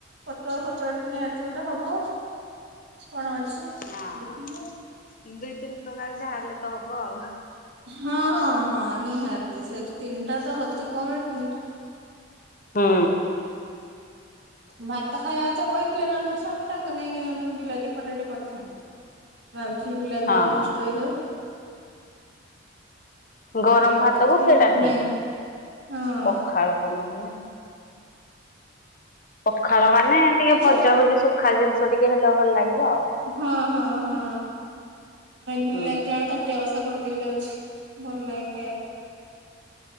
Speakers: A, on the right; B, on the left.
A: ପତୁଆ ଫତୁଆଟେ ନିହାତି ଗୋଟେ ହବ କଣ ଅଛି। <unintelligible>
B: ହଁ ଦୁଇ ତିନି ପ୍ରକାର ଯାହାହେଲେ ତ ହବ ଆଉ।
A: ହଁ ହଁ ହଁ ନିହାତି ସେଠୁ ତିନିଟା ତ ଅତି କମରେ ତିନିଟା।
B: ହୁଁ।
A: ଭାତ ଖାଇବା କଥା କହିଥିଲେ ନହେନେ ସ୍ୱାମୀ ତାଙ୍କ ନେଇକି ନ ବିଲାତି ଖଟା ଟିକେ କରିଥାନ୍ତି। ଭାବିଥିଲି ବିଲାତିଟାକୁ
B: ହଁ
A: ନଷ୍ଟ ହେଇଯାଉଛି।
B: ଗରମ
A: ଟିକେ କରିଦେଇଥିଲି
B: ଭାତକୁ ସେଇଟା
A: ରୁଚୁ
B: ଠିକ
A: ନାହିଁ ହଁ
B: ପଖାଳକୁ ନାହିଁ ନା। ପଖାଳ ମାନେ ଟିକେ
A: ଦେଖିଆ
B: ଭଜା ଭଜି ଶୁଖା ଜିନିଷ ଟିକେ ହେଲେ ଭଲ ଲାଗିବ ଆଉ।
A: ହଁ ହଁ ହଁ ବିଲାତି
B: ହୁଁ।
A: ଆଳୁ ତ। ବସା କରିଦେବି ଯାଉଛି ଭଲ ଲାଗେ ଖାଇବାକୁ।